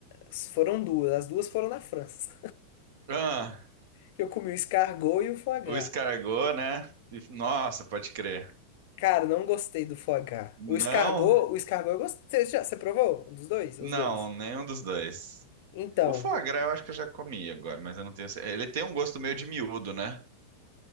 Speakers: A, on the left; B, on the right.
A: foram duas. As duas foram na França.
B: Ah,
A: que eu comi o escargot e o foie gras.
B: o escargot, né? E- Nossa, pode crer.
A: Cara, não gostei do foie gras.
B: Não,
A: O escargot, o escargot eu gostei. Você, já, você provou? Um dos dois? Os
B: não,
A: dois.
B: nenhum dos dois.
A: Então,
B: O foie gras eu acho que eu já comi agora, mas eu não tenho. cer- Ele tem um gosto meio de miúdo, né?